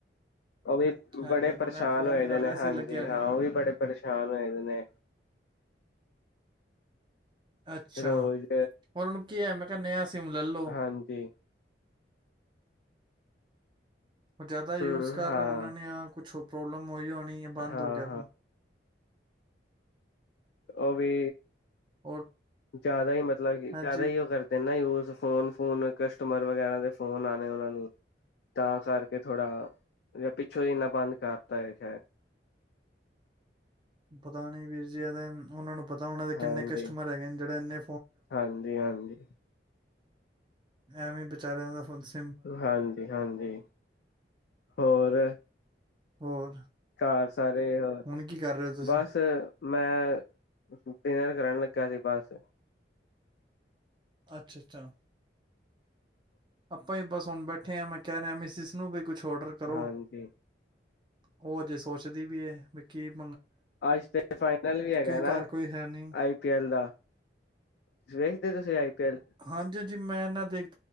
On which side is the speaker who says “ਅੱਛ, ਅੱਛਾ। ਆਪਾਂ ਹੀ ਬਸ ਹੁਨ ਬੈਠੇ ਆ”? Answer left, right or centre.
Right